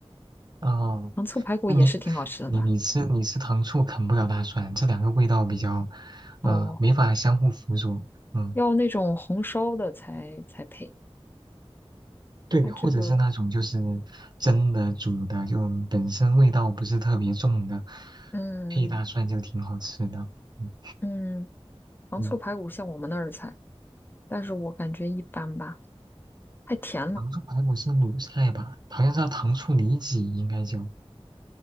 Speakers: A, on the right; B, on the left.
A: 哦，
B: 糖醋排骨也是挺好吃的吧？
A: 那你你你吃你吃糖醋啃不了大蒜，这两个味道比较，呃，
B: 哦，
A: 没法相互辅佐。嗯，
B: 要那种红烧的才才配。
A: 对，
B: 它这个，
A: 或者是那种就是蒸的、煮的，就本身味道不是特别重的，
B: 嗯
A: 配大蒜就挺好吃的。嗯
B: 嗯，糖醋排骨像我们那儿的菜，
A: 嗯，
B: 但是我感觉一般吧，太甜了。
A: 糖醋排骨是鲁菜吧？好像是叫糖醋里脊，应该叫。